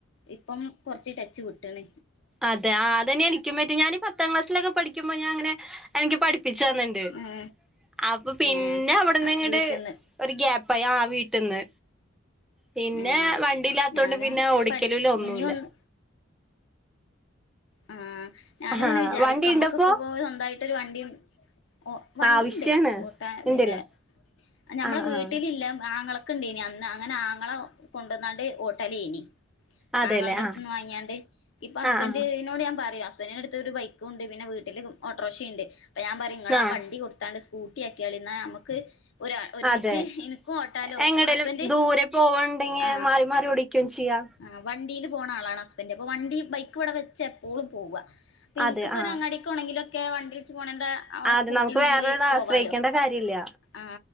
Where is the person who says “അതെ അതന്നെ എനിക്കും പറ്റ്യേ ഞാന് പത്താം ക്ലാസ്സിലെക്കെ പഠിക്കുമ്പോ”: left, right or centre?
Centre